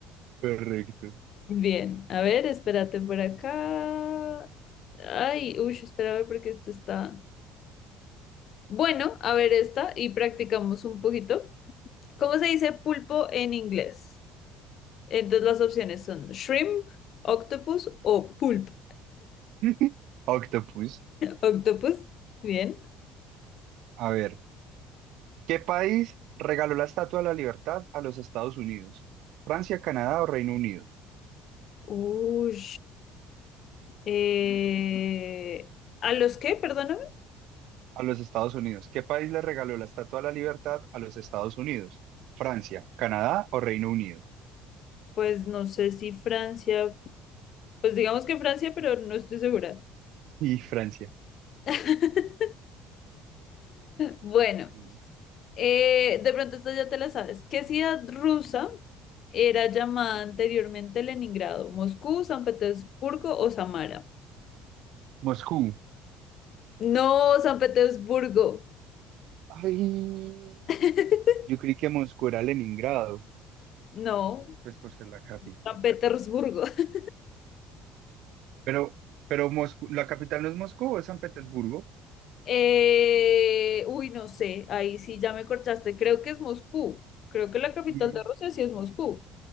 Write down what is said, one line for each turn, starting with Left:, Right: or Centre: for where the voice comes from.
Right: <laughs> Correcto.
Left: Bien, a ver, espérate por acá. Ay, uy, espera a ver porque esto está. Bueno, a ver esta y practicamos un poquito. ¿Cómo se dice pulpo en inglés? Entonces las opciones son shrimp, octopus o pulp.
Right: <laughs> Octopus.
Left: Octopus, bien.
Right: A ver, ¿qué país regaló la Estatua de la Libertad a los Estados Unidos? ¿Francia, Canadá o Reino Unido?
Left: Uy. eh, ¿a los qué? Perdóname.
Right: A los Estados Unidos. ¿Qué país le regaló la Estatua de la Libertad a los Estados Unidos? ¿Francia, Canadá o Reino Unido?
Left: Pues no sé si Francia, pues digamos que Francia, pero no estoy segura.
Right: Y Francia.
Left: <laughs> Bueno,
Right: Mm.
Left: Eh, de pronto esta ya te la sabes. ¿Qué ciudad rusa era llamada anteriormente Leningrado? ¿Moscú, San Petersburgo o Samara?
Right: Moscú.
Left: No, San Petersburgo.
Right: Ay,
Left: <laughs>
Right: yo creí que Moscú era Leningrado,
Left: No,
Right: pues por ser la capital.
Left: San Petersburgo. <laughs>
Right: Pero, pero Moscú, la capital no es Moscú, es San Petersburgo.
Left: Eh, uy, no sé, ahí sí ya me cortaste. Creo que es Moscú. Creo que la capital
Right: Y,
Left: de Rusia sí es Moscú.